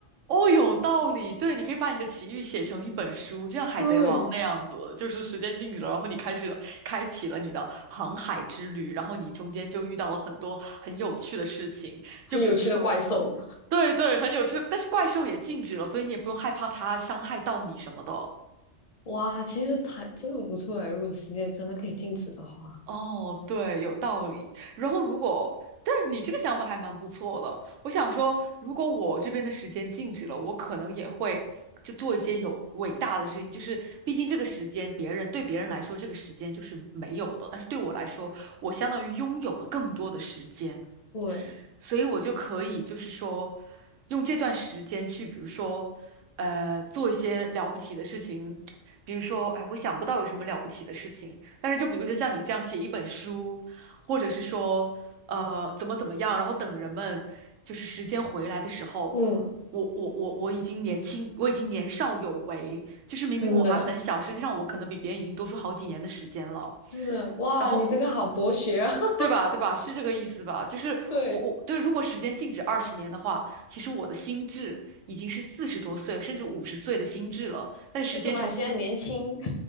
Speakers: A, on the right; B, on the left.
A: 哦，有道理。对，你可以把你的奇遇写成一本书，就像《海贼王》那样子，
B: 对，
A: 就是时间静止了，然后你开始了开启了你的航海之旅，然后你中间就遇到了很多很有趣的事情，
B: 很有趣的怪兽，
A: 就比如说，对对，很有趣，但是怪兽也静止了，所以你也不用害怕它伤害到你什么的。
B: 哇，其实它真的不错哎。如果时间真的可以静止的话，
A: 哦，对，有道理。然后如果，但是你这个想法还蛮不错的。我想说，如果我这边的时间静止了，我可能也会就做一些有伟大的事情。就是毕竟这个时间，别人对别人来说，这个时间就是没有的，但是对我来说，我相当于拥有了更多的时间。
B: 对，
A: 所以我就可以就是说，用这段时间去，比如说，呃，做一些了不起的事情，比如说，哎，我想不到有什么了不起的事情，但是就比如说像你这样写一本书，或者是说，呃，怎么怎么样，然后等人们就是时间回来的时候。
B: 嗯，
A: 我我我我已经年轻，我已经年少有为，就是明明我还很小，
B: 真的
A: 实际上我可能比别人已经多出好几年的时间了。
B: 真的，哇，
A: 然后
B: 你这个好博学啊。<laughs>
A: 对吧？对吧？是这个意思吧？就是我我对，
B: 对，
A: 如果时间静止二十年的话，其实我的心智已经是四十多岁甚至五十岁的心智了。但是时间重新，
B: 但是我们还现在年轻。